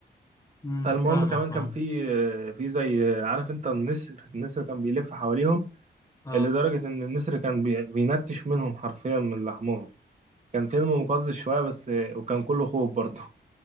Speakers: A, on the left (about 15°); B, on the right (about 40°).
A: امم
B: فالمهم
A: فاهمك
B: كمان كان
A: اه
B: في في زي عارف انت النسر النسر كان بيلف حواليهم
A: اه
B: لدرجة ان النسر كان بي- بينتش منهم حرفيا من لحمهم كان فيلم مقزز شوية بس وكان كله خوف برضه